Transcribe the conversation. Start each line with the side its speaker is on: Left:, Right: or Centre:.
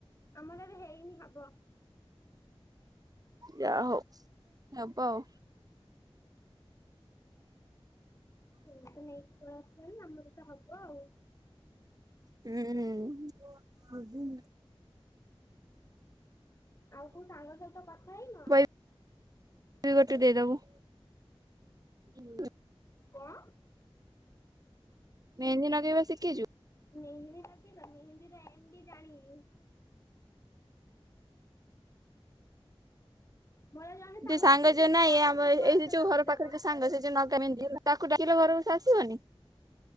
Left: ଆମର ବି ହେଇନି ହବ।
Right: ଯା ହଉ ହବ ଆଉ
Left: ତୁ ତ ନେଇକି ପଳେଇ ଆସିଲୁଣି, ଆମର ତ ହବ ଆଉ।
Right: ହୁଁ, ହୁଁ
Left: ଆଉ କୋଉ ସାଙ୍ଗ ସହିତ କଥା ହେଇନ?
Right: ପାଇଁ <unintelligible> ଗୋଟେ ଦେଇଦବୁ। <unintelligible>
Left: କଣ?
Right: ମେହେନ୍ଦି ନଗେଇବା ଶିଖିଚୁ?
Left: ମେହିବି ଲଗେଇବା, ମେହେନ୍ଦି ର ଏମ୍ ବି ଜାଣିନି। ମୋର ଜଣେ
Right: ଯେ ସାଙ୍ଗ
Left: ଶିଖିଛି
Right: ଯଉ ନାଇଁ,
Left: ତା
Right: ଏ
Left: ପାଖକୁ
Right: ଆମ ଏଇ
Left: ପଳା
Right: ଏଇ
Left: ସେ
Right: ଯୋଉ
Left: ଲଗେଇଦବ।
Right: ଘର ପାଖରେ ଯୋଉ ସାଙ୍ଗ ସେ ଯୋଉ ନଗାଏ ମେହେନ୍ଦି। <unintelligible> ତାକୁ ଡାକିଲେ ଘରକୁ ସେ ଆସିବନି?